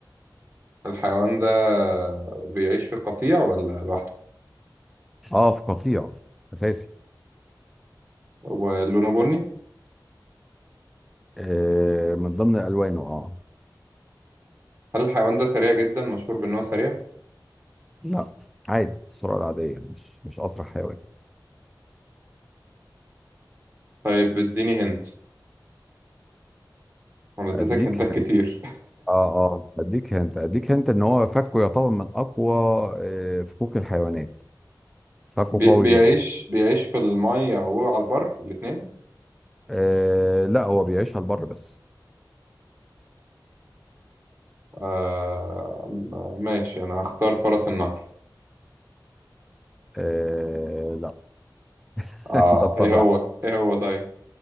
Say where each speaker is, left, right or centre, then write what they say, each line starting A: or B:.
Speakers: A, on the right (about 35°); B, in the centre.
A: الحيوان ده بيعيش في قطيع ولا لوحده
B: اه في قطيع اساسي
A: ولونه بني
B: آه من ضمن الوانه اه
A: هل الحيوان ده سريع جدا مشهور بأنه سريع
B: لا عادي السرعه العاديه مش مش اسرع حيوان
A: طيب اديني هنت انا اديتك
B: اديك
A: هنتات كتير
B: اه اه اديك هنت اديك هنت ان هو فكه يعتبر من اقوى آه، فكوك الحيوانات فكه
A: بي-
B: قوي
A: بيعيش
B: جدا
A: بيعيش في المية وعلى البر الاتنين
B: آه لا هو بيعيشها البر بس
A: آه م- ماشي أنا هختار فرس النهر
B: آه لا <laughs>
A: آه
B: انت تسرع
A: إيه هو إيه هو طيب